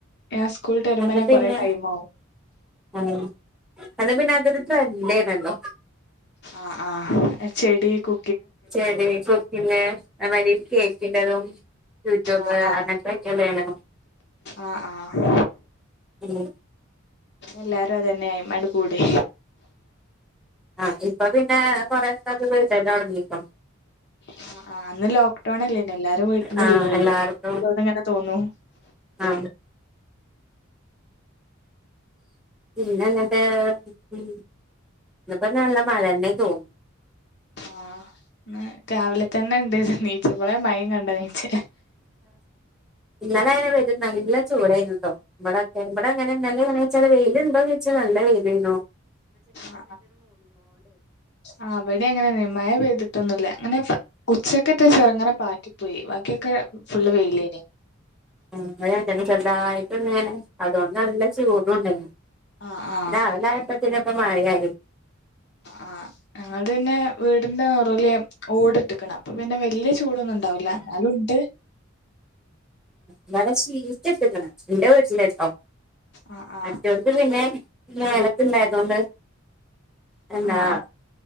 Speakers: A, on the left (about 55°); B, in the centre.
A: ഞാൻ സ്കൂൾട്ട് വരുമ്പന്നെ
B: അന്ന് പിന്നെ
A: കൊറെ ടൈം ആവും
B: ആ അത് പിന്നെ അതൊരു ട്രെൻയ്നില്ലോ
A: ആ ആ ചെടി കു
B: ചെടി കുക്കിങ് അതേമായ്രി കേക്ക്ന്റതും യൂട്യൂബ്
A: ആഹ് ആഹ്
B: അങ്ങൻത്തൊക്കെ വേണം
A: ആഹ് ആഹ്
B: ഉം
A: എല്ലാരും അതന്നെ അയ്മണ്ട് കൂടി
B: ആ ഇപ്പൊ പിന്നെ കൊറെകത് വ്ടല് തൊടങ്ക്ണു
A: ആ ആ അന്ന് ലോക്ക്ഡൗണ് അല്ലേനോ എല്ലാരും വീട്ടിന്റെ
B: ആ
A: ഉള്ളിലല്ലേ
B: എല്ലാർക്കും
A: ഓരോന്ന്ങ്ങനെ തോന്നും
B: ആ പിന്നെ ന്ന്ട്ട് ഇന്ന് ഇപ്പം നല്ല മഴന്നെ തോന്ന്
A: ആ ന്ന് രാവിലെ തന്നെണ്ട് നീച്ചപ്പളെ മയിം കണ്ട നീച്ചേ
B: ഇന്നലെ അങ്ങനെ ഇവടിം നല്ല ചൂടായിരുന്നു ട്ടോ ഇവിടെക്കെ ഇവടെ അങ്ങനെ ന്നലെ എങ്ങനെച്ചാല് വെയില്ണ്ടോന്ന് ചോയ്ച്ചാ വെയ്ലെനു
A: ആ ആ ഇവടെ അങ്ങനെയ്ന് മഴ പെയ്ത് പറ്റൊന്നല്ല അങ്ങനെ ഉച്ചക്കറ്റെ ചെർങ്ങനെ പാറ്റി പോയി വാക്കി ഒക്കൊ ഫുള്ള് വെയിലേനി
B: ഉം <unintelligible> <unintelligible> അതുകൊണ്ട് നല്ല ചൂടുംണ്ടാഴിനി
A: ആ ആ
B: രാവിലായപ്പ ന്ന് മഴ യാഴി
A: ആ ഞങ്ങൾത് പിന്നെ വീടിന്റെ നെറൂല് ഓട് ട്ട്ക്ക്ണ് അപ്പ പിന്നെ വ ല്യ ചൂടൊന്നുണ്ടാവൂല ന്നാലുംണ്ട്
B: ഇവടെ ഷീറ്റ് ഇട്ട്ക്ണ് ഇന്റെ വീട്ടില്ട്ടോ
A: ആ ആ
B: മറ്റോട്ത്ത് പിന്നെ മേലക്ക് ഇണ്ടായതോണ്ട് എന്താ
A: ആ ആ